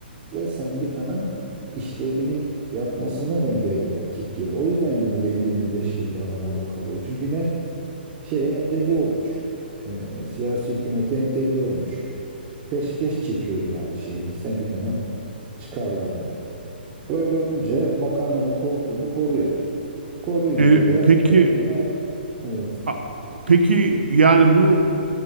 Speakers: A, on the right; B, on the right.
A: sendikanın işlevini yapmasını engelliyorlar, kilitliyorlar. O yüzden 25, 25 yıl adam orada kalıyor. Çünkü ne? Şeye entegre olmuş. E, siyasi hükümete entegre olmuş. Peşkeş çekiyor yani şeyini, sendikanın çıkarlarını. Öyle olunca makamını, koltuğunu koruyor. Koruyunca
B: E,
A: da
B: peki
A: tamam mı? Evet.
B: a- peki yani bu